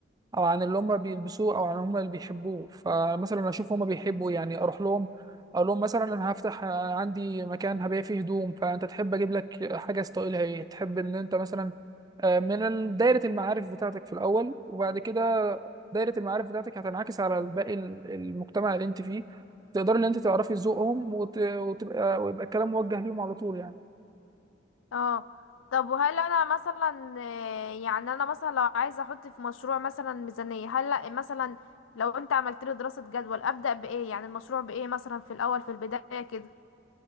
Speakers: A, on the right; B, on the left.
A: او عن اللي هم بيلبسوه او عن هم اللي بيحبوه فمثلا اشوف هم بيحبوا يعني اروح لهم اقول لهم مثلا انا هفتح آه، عندي مكان هبيع فيه هدوم فانت تحب اجيب لك حاجه ستايلها ايه تحب ان انت مثلا آه، من ال- دايره المعارف بتاعتك في الاول وبعد كده دايره المعارف بتاعتك هتنعكس على باقي ال- المجتمع اللي انت فيه تقدر ان انت تعرفي ذوقهم وت... وتبقى ويبقى الكلام موجه ليهم على طول يعني
B: اه طب وهل انا مثلا آه، يعني انا مثلا لو عايزه احط في مشروع مثلا ميزانيه هل لأ مثلا لو انت عملت له دراسه جدول ابدا بايه يعني المشروع بايه مثلا في الاول في البدايه كده